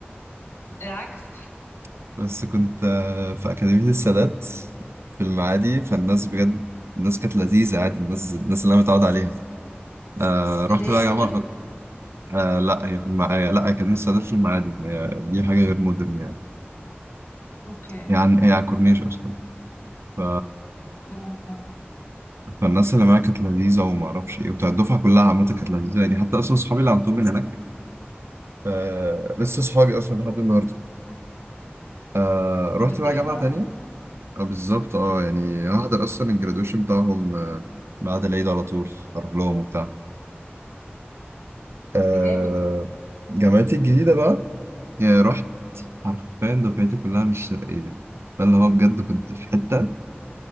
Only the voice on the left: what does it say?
العكس
اللي هي
مودرن
اوكي
تمام آه.
ده
ده
حلو قوي
ده جامد ده